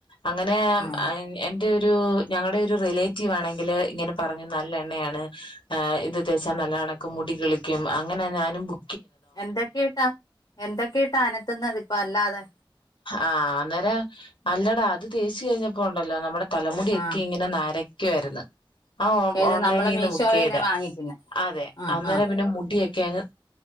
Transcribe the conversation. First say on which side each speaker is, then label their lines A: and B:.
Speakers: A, on the left; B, on the left.
A: അങ്ങനെ
B: ആ
A: അയിന് എൻ്റെയൊരു ഞങ്ങള്ടെ ഒരു റിലേറ്റീവാണെങ്കില് ഇങ്ങനെ പറഞ്ഞു നല്ല എണ്ണയാണ് ആഹ് ഇത് തേച്ചാ നല്ലതാണ് അന്ക്കും മുടി കിളിക്കും അങ്ങനെ ഞാനും ബു
B: എന്തൊക്കെയിട്ടാ എന്തൊക്കെയിട്ടാ അനത്തുന്നത് ഇപ്പോ അല്ലാതെ
A: ആഹ് അന്നേരാ അല്ലടാ അത് തേച്ച് കഴിഞ്ഞപ്പോ ഉണ്ടല്ലോ നമ്മടെ തലമുടിയൊക്കെ
B: ആ
A: ഇങ്ങനെ നരക്ക്യുവാര്ന്ന് ആഹ് ഓ
B: ഏത്
A: ഓൺലൈനീന്ന്
B: നമ്മള് മീഷോയിന്ന്
A: ബുക്കെയ്തെ
B: വാങ്ങിക്കുന്ന
A: അതെ
B: ആ
A: അന്നേരം
B: ആ
A: പിന്നെ മുടിയ ക്കേയങ്ങ്